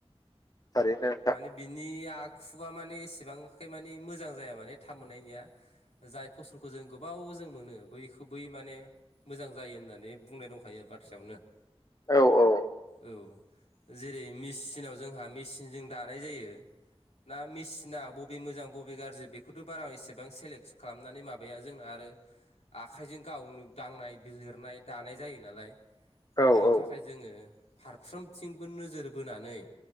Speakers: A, on the left (about 35°); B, on the left (about 90°).
A: थारैनो। नोंथां
B: माने बिनि आखुआ माने एसेबांखाय माने मोजां जाया माने थाब मोननायनिया। जाय फसलखौ जों गोबाव जों मोनो। बैखौ बै माने मोजां जायो होननानै बुंनाय दंखायो आरो बाथ्रायावनो।
A: औ औ।
B: औ जेरै मेचिनाव जोंहा मेचिनजों दानाय जायो। ना मेसिना बबे मोजां बबे गाज्रि बेखौथ' बारा एसेबां सेलेक्स खालामनानै माबाया जोंना आरो आखाइजों गावनो दांनाय बिलिरनाय दानाय जायो नालाय।
A: औ
B: बिनि
A: औ
B: थाखाय जोङो फारफ्रोमथिंबो नोजोर बोनानै